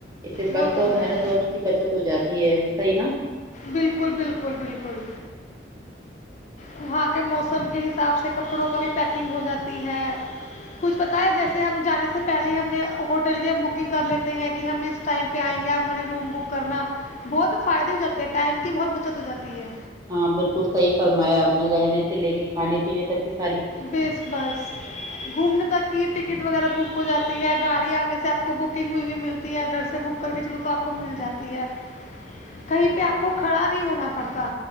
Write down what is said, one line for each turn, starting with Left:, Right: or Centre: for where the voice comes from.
Right: اس سے
Left: وہ
Right: وقت
Left: تو
Right: اور
Left: ہے
Right: محنت دونوں کی بچت ہو جاتی یہ صحیح نا
Left: بالکل بالکل بالکل وہاں کے موسم کے حساب سے کپڑوں کا بھی پیکنگ ہو جاتی ہے کچھ پتا ہے جیسے ہم جانے سب سے پہلے ہی ہم نے ہوٹل کی ہم بکنگ کر لیتے ہیں کہ ہم ا اس ٹائم پہ آئیں گے ہمارے روم بک کرنا بہت فائدے ہو جاتے ہیں ٹائم کی بہت بچت ہو جاتی ہے
Right: ہاں بالکل صحیح فرمایا آپ نے رہنے سے لے کے کھانے پینے تک کسی
Left: بیس بس گھومنے تک کی ٹکٹ وغیرہ بک آپ کو جاتی ہے گاڑی آگے سے آپ کو بکنگ ہوئی ہوئی ملتی ہے گھر سے بک کر کے چلو تو آپ کو مل جاتی ہے کہیں پہ آپ کو کھڑا نہیں ہونا پڑتا